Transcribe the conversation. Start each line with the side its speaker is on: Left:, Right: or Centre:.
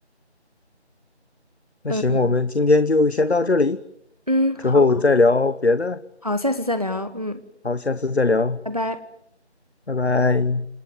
Left: 那行，
Right: 嗯
Left: 我们今天就先到这里，
Right: 嗯，
Left: 之后再聊别的。
Right: 好好，下次再聊。嗯。
Left: 好，下次再聊，
Right: 拜拜。
Left: 拜拜。